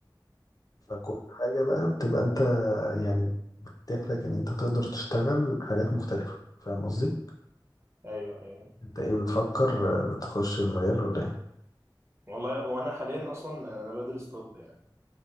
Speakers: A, on the left; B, on the right.
A: فكل حاجة بقى بتبقى أنت يعني تتيح لك ان انت تقدر تشتغل حاجات مختلفة فاهم قصدي؟
B: ايوه ايوه
A: انت
B: مم.
A: ايه بتفكر آه، تخش المجال ولا ايه؟
B: والله وانا حاليا اصلا انا بدرس طب يعني